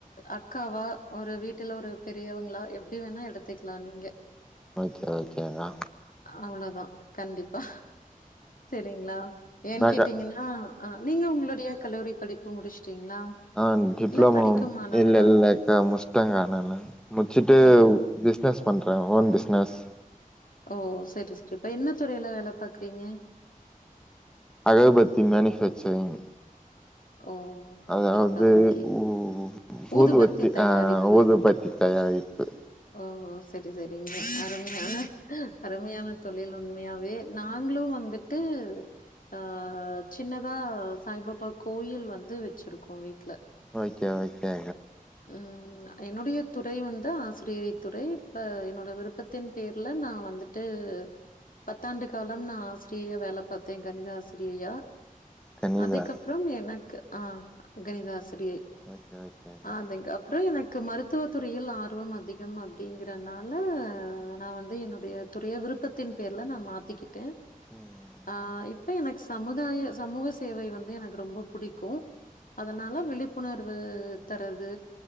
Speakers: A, on the left; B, in the centre.
A: அக்காவா ஒரு வீட் வீட்டுல ஒரு பெரியவங்களா எப்டி வேணா எடுத்துக்கலாம் நீங்க
B: ஓகே ஓகேங்கா
A: அவ்ளவுதான் கண்டிப்பா சரிங்களா ஏன்
B: நாக்கா
A: கேட்டீங்கன்னா அ நீங்க உங்களுடைய கல்லூரி படிப்பு முடிச்சுட்டீங்களா
B: அ டிப்ளோமோ
A: இல்ல படிக்கும் மாணவரா?
B: இல்ல இல்ல முடிச்சிட்டேக்கா நானு முடிச்சுட்டு
A: ஓ!
B: பிஸ்னஸ் பண்றேன் ஓன் பிஸ்னஸ்
A: ஓ சரி <unintelligible> என்ன துறையில வேலை பாக்குறீங்க
B: அகர்பத்தி மேனுபேக்சர்ல
A: ஓ
B: அதாவது
A: ஓகேப்பா, ஓகே.
B: உ
A: ஊதுபத்தி
B: ஊதுவத்தி
A: தயாரிப்பு.
B: ஆ ஊது பத்தி தயாரிப்பு
A: ஓ செரி செரிங்க அருமையான அருமையான தொழில் உண்மையாவே நாங்ளு வந்துட்டு அ சின்னதா சாய்பாபா கோயில் வந்து வச்சிருக்கோ வீட்ல
B: ஓகே ஓகோக்கா
A: ம் என்னுடைய துறை வந்து ஆசிரியை துறை இப்ப என்னோட விருப்பத்தின் பேர்ல நா வந்து ட்டு பத்தாண்டு காலம் நா ஆசிரியையா வேல பாத்தே கணித ஆசிரியையா
B: கன்னிதாஸ்
A: அதுக்கப்றம் எனக்கு ஆ கணித ஆசிரியை
B: ஓகே ஓகே அக்கா
A: அதுக்கப்றொ எனக்கு மருத்துவ துறையில் ஆர்வம் அதி கம் அப்டிங்குறனால நா வந்து என்னுடைய துறைய விருப்பத்தின் பேர்ல நா மாத்திக்கிட்டே
B: ம்
A: ஆ இப்ப எனக் ச சமுதாய சமூக சேவை வந்து எனக்கு ரொம்ப புடிக்கு அதுனால விழிப்புணர்வு தரது